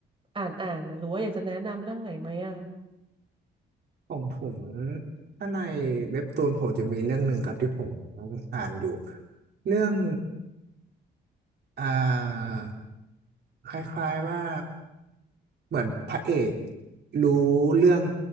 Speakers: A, on the right; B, on the right.
A: อ่านอ่านนะหรือว่าอยากจะแนะนำเรื่องไหนไหมอะ
B: ของผมถ้าในเว็บตูนผมจะมีเรื่องหนึ่งครับที่ผมอ่านอยู่เรื่องอ่าคล้ายๆว่าเหมือนพระเอกรู้เรื่อง